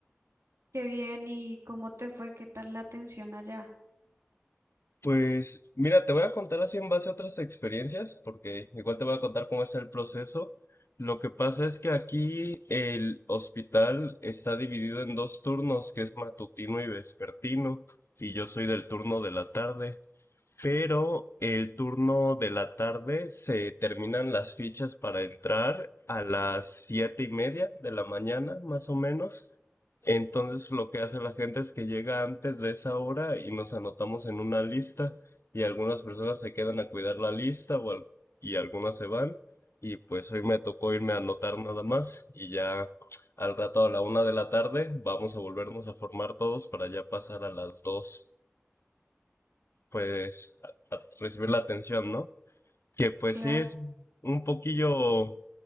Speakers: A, on the right; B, on the left.
A: Qué bien, ¿y cómo te fue? ¿Qué tal la atención allá?
B: Pues mira, te voy a contar así en base a otras experiencias, porque igual te voy a contar cómo está el proceso. Lo que pasa es que aquí el hospital está dividido en dos turnos, que es matutino y vespertino, y yo soy del turno de la tarde pero el turno de la tarde se terminan las fichas para entrar a las siete y media de la mañana, más o menos. Entonces lo que hace la gente es que llega antes de esa hora y nos anotamos en una lista y algunas personas se quedan a cuidar la lista o al- y algunas se van y pues hoy me tocó irme a anotar nada más y ya al rato a la una de la tarde vamos a volvernos a formar todos para ya pasar a las dos pues a- a recibir la atención, ¿no? Que pues
A: Claro.
B: sí es un poquillo